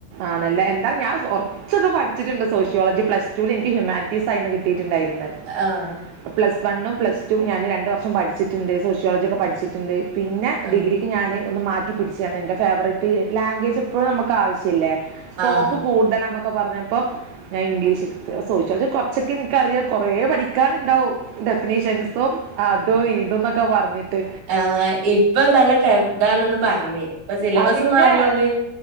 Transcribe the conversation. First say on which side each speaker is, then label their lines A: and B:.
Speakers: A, on the right; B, on the right.
A: ആണല്ലേ എന്താണ് ഞാൻ കൊറ ച്ചൊക്കെ പഠിച്ചിട്ടുണ്ട് സോഷ്യോളജി പ്ലസ്ടൂല് എനിക്ക് ഹ്യൂമാനിറ്റീസായിരുന്നു കിട്ടിട്ടൊണ്ടായിരുന്നെ
B: ആഹ്
A: പ്ലസ് വണ്ണും പ്ലസ്ടുവും ഞാന് രണ്ടുവർഷം പഠിച്ചിട്ടൊണ്ട് സോഷ്യോളജിയൊക്കെ പഠിച്ചിട്ടൊണ്ട്. പിന്നെ
B: ആഹ്
A: ഡിഗ്രിക്ക് ഞാന് ഒന്ന് മാറ്റി പിടിച്ചയാണ് എൻ്റെ ഫേവറേറ്റ് ലാംഗ്വേജ് എപ്പഴും നമുക്ക് ആവി ശ്യല്ലേ സ്കോപ്പ്
B: ആഹ്
A: കൂടുതലാന്നൊ ക്കെ പറഞ്ഞപ്പോ ഞാൻ ഇംഗ്ലീഷ് എടുത്ത് സോഷ്യോളജി കൊറച്ചൊക്കെ എനിക്കറിയാം കൊറേ പഠിക്കാനുണ്ടാവും. ഡെഫിനീഷ്യൻസോ അതോ ഇതൊന്നൊക്കെ പറഞ്ഞിട്ട്.
B: ആ ഇപ്പൊ നല്ല ടഫ് ഇതാണെന്ന് പറഞ്ഞി ഇപ്പ സിലബസ്
A: അപ്പൊ എൻ്റെ
B: മാറിയോണ്ട്.